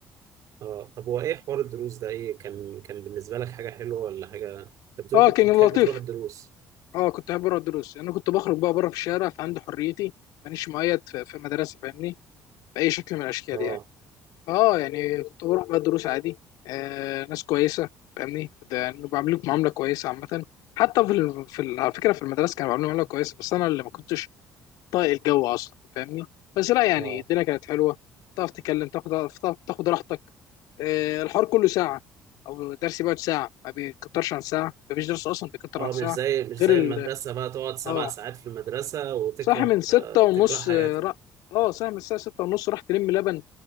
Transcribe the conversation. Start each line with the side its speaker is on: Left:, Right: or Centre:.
Right: آه طب هو إيه حوار الدروس ده إيه كان كان بالنسبة لك حاجة حلوة ولا حاجة أنت بتقول
Left: اه
Right: كنت
Left: كان
Right: بتحب
Left: لطيف
Right: تروح الدروس
Left: اه كنت احب اروح الدروس انا كنت بخرج بقى بره في الشارع فعندي حريتي مانيش مقيد في في مدرسه فاهمني باي شكل من الاشكال
Right: آه
Left: يعني اه يعني كنت بروح بقى دروس عادي آه ناس كويسه فاهمني ده يعني بعملوك معامله كويسه عامه حتى في ال... في ال... على فكره في المدرسه كانوا بيعملوا معامله كويسه بس انا اللي ما كنتش طايق الجو اصلا فاهمني بس لا يعني
Right: آه
Left: الدنيا كانت حلوه تعرف تتكلم تاخد تعرف تاخد راحتك آه الحوار كله ساعه او درس بيقعد ساعه ما بيكترش عن ساعه ما فيش درس اصلا بيكتر
Right: اه
Left: عن ساعه
Right: مش زي مش
Left: غير
Right: زي
Left: ال
Right: المدرسة بقى تقعد سبع
Left: اه
Right: ساعات في المدرسة وتكره
Left: صاحي من ستة
Right: آه
Left: ونص
Right: تكره حياتك
Left: اه ر- آه، صاحي من الساعه ستة ونص راح تلم لبن